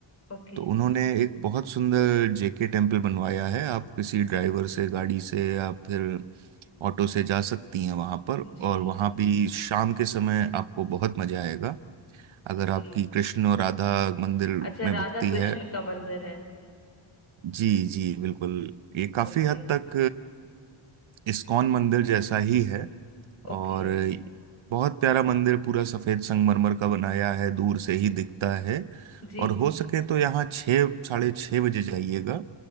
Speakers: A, on the left; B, on the right.
A: ओके
B: तो उन्होंने एक बहुत सुंदर जेके टेम्पल बनवाया है आप किसी ड्राइवर से गाड़ी से या फिर ऑटो से जा सकती हैं वहाँ पर
A: जी
B: और वहाँ भी शाम के समय आपको बहुत मजा आएगा अगर
A: जी
B: आपकी कृष्ण और राधा मंदिर
A: अच्छा
B: में
A: राधा
B: भक्ति
A: कृष्ण
B: है
A: का मंदिर है
B: जी जी बिल्कुल ये काफी
A: ओके
B: हद तक अ, इस्कॉन मंदिर जैसा ही है
A: ओके
B: और बहुत प्यारा मंदिर पूरा सफेद संगमरमर का बनाया है दूर से ही दिखता है
A: जी
B: और हो सके तो यहाँ छः साढ़े छः बजे जाइएगा